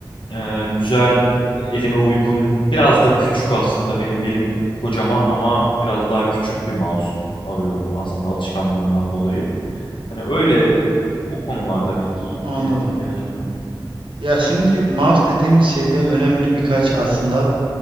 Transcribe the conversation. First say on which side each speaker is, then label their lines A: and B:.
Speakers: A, on the left; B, on the right.
A: ee, güzel, elime uygun, biraz da küçük aslında benim elim kocaman ama biraz daha küçük bir mouse arıyorum aslında alışkanlığımdan dolayı. Hani öyle o konularda bilgiye
B: Anladım.
A: ihtiyacım var.
B: Ya şimdi mouse dediğimiz şeyde önemli birkaç aslında